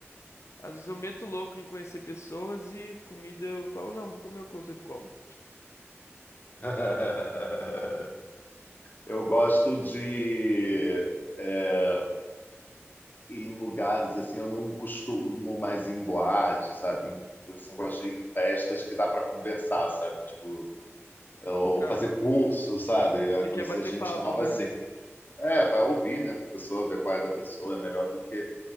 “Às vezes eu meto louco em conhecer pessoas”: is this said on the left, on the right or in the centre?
Left